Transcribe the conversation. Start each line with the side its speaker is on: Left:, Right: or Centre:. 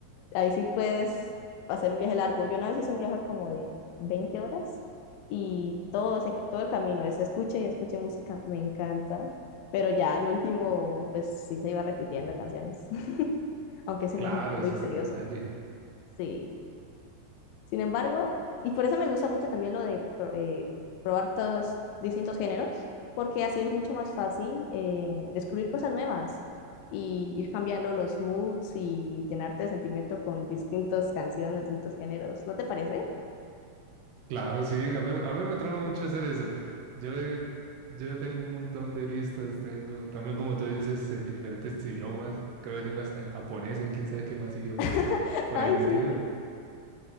Left: Ahí sí puedes hacer un viaje largo. Yo una vez hice un viaje como de 20 horas y todo ese, todo el camino, ese escuche y escuche música, me encanta. Pero ya al último, pues sí se iba repitiendo canciones, <laughs> aunque ese
Right: Claro,
Left: viaje fue muy
Right: ese
Left: tedioso.
Right: es el detalle.
Left: Sí. Sin embargo, y por eso me gusta mucho también lo de pro- eh, probar todos distintos géneros, porque así es mucho más fácil eh, descubrir cosas nuevas y ir cambiando los moods y llenarte de sentimiento con distintas canciones, distintos géneros. ¿No te parece?
Right: Claro, sí, a mí, a mí me trama mucho hacer eso. Yo, he- yo tengo un montón de listas, tengo también como tú dices en diferentes idiomas, creo que tengo hasta en japonés, en quién sabe qué más idiomas,
Left: <laughs>
Right: por
Left: Ay,
Right: ahí metido
Left: sí.